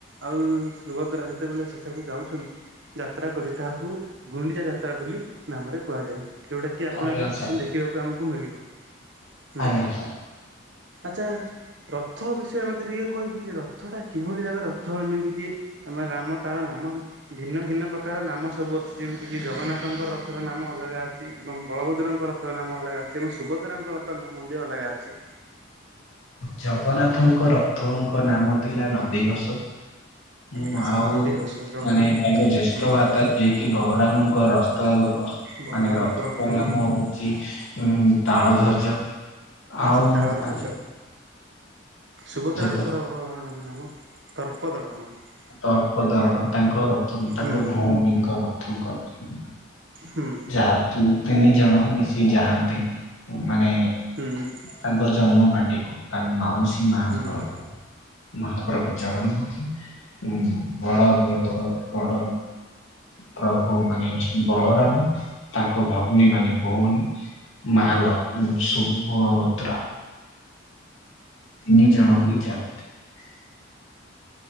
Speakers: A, on the right (about 60°); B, on the left (about 85°).
A: ଆଉ ସୁଭଦ୍ରା ଯେତେବେଳେ ସେଠାକୁ ଯାଉଛନ୍ତି ଯାତ୍ରା କରି, ତାହାକୁ ଗୁଣ୍ଡିଚା ଯାତ୍ରା ବୋଲି ନାମରେ କୁହାଯାଏ। ଯୋଉଟା କିି ଆପଣ
B: ଆଜ୍ଞା
A: ଏବେ
B: ସାର୍
A: ଦେଖିବାକୁ ଆମକୁ ମିଳିବ । ହୁଁ,
B: ଆଜ୍ଞା ସାର୍।
A: ଆଛା । ରଥ ବିଷୟ ମତେ ଟିକେ କହିବି କି -ରଥ ଟା କିଭଳି ଭାବରେ ରଥ ଏମିତି କି ଆମ ରାମ ତାର ନାଁ। ଆମ ଭିନ୍ନ ଭିନ୍ନ ପ୍ରକାର ନାମ ସବୁ ଅଛି, ଯେମିତିକି ଜଗନ୍ନାଥ । <unintelligible> ଙ୍କ ରଥର ନାମ ଅଲଗା ଅଛି ଏବଂ ବଳଭଦ୍ରଙ୍କ ରଥର ନାମ ଅଲଗା ଅଛି ଏବଂ ସୁଭଦ୍ରାଙ୍କ ରଥର ନାମ ମଧ୍ୟ ଅଲଗା ଅଛି । ଅଛି ।
B: ଜଗନ୍ନାଥଙ୍କ ରଥଙ୍କ ନାମ ଥିଲା ନନ୍ଦିଘୋଷ । ହୁଁ
A: ଆଚ୍ଛା
B: ଆଉ,
A: ନନ୍ଦିଘୋଷ ଜଗନ୍ନାଥଙ୍କର
B: ମାନେ ତାଙ୍କ ଜ୍ୟେଷ୍ଠ
A: ହୁଁ
B: ଭ୍ରାତା ଯିଏକି ବଗରାମଙ୍କ ରସ୍ଥ ଅ
A: ବଳରାମଙ୍କ
B: ମାନେ ରଥପ୍ରଣାମ
A: ରଥ ନାମ
B: ହଉଛି ଉ ତାଳ ଧରି
A: ଆଚ୍ଛା
B: ଆଉ
A: ତାଳଧ୍ୱଜ
B: ତା
A: ସୁଭଦ୍ରାଙ୍କର
B: ତ
A: ନାମ ଦର୍ପ ଦଳନ ।
B: ତର୍ପ ଧରଣ, ତାଙ୍କ ରଥ, ତାଙ୍କ
A: ହୁଁ
B: ଭଉଣୀଙ୍କ ରଥଙ୍କର
A: ହୁଁ
B: ଯାହା ତିନି ଜଣ ମିଶି ଯାଆନ୍ତି, ମାନେ
A: ହୁଁ
B: ତାଙ୍କ ଜନ୍ମ ନାଟିକୁ ତାଙ୍କ ମାଉସୀ ମା ଘରକୁ
A: ହୁଁ
B: <unintelligible> ମହାପ୍ରଭୁ ଜଗନ୍ନାଥେ । ହଁ ବଡ଼ ବଡ଼ ପ୍ରଭୁ ମାନ ବଳରାମ । ତାଙ୍କ ଭଗ୍ନୀ ମାନେ ଭଉଣୀ । ମାଲକ୍ଷ୍ମୀ ସୁଭଦ୍ରା । ତିନି ଜଣ ହୋଇଯାନ୍ତି ।